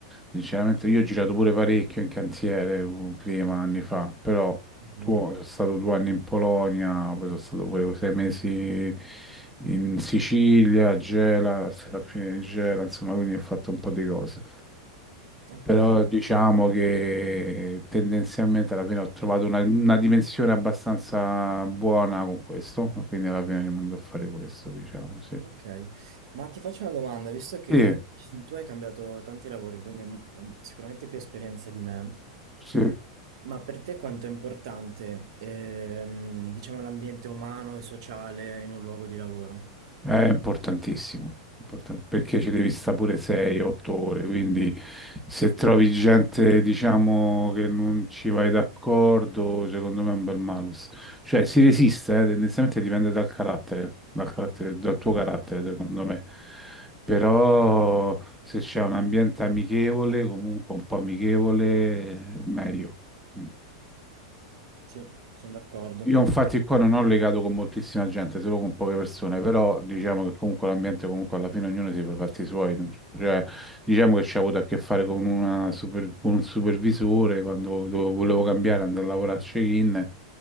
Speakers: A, in the centre; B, on the right.
A: sinceramente io ho girato pure parecchio in cantiere uh, prima, anni fa, però
B: Mhm.
A: tu- sono stato due anni in Polonia, poi sono stato pure sei mesi in Sicilia, a Gela, alla fine di Gela, insomma, quindi ho fatto un po' di cose
B: Ok,
A: però diciamo che tendenzialmente alla fine ho trovato una, una dimensione abbastanza buona con questo, quindi alla fine rimango a fare questo, diciamo, sì.
B: ok. Ma ti faccio una domanda, visto che
A: Sì,
B: tu hai cambiato tanti lavori, quindi mm, sicuramente più esperienza di me.
A: sì.
B: Ma per te quanto è importante, ehm, diciamo, l'ambiente umano e sociale in un luogo di lavoro?
A: È importantissimo, important- perché ci devi stare pure 6-8 ore, quindi se trovi gente, diciamo, che non ci vai d'accordo, secondo me è un bel malus. Cioè, si resiste, eh, tendenzialmente dipende dal carattere, dal carattere- dal
B: Mm.
A: tuo carattere, secondo me. Però se c'è un ambiente amichevole, comunque un po' amichevole, meglio. Mm.
B: Sì, sono d'accordo.
A: Io infatti qua non ho legato con moltissima gente, solo con poche persone, però diciamo che comunque l'ambiente, comunque alla fine ognuno si fa i fatti suoi, non c- cioè, diciamo che ci ho avuto a che fare con, una super- con un supervisore quando dovevo- volevo cambiare, andare a lavorare a check-in,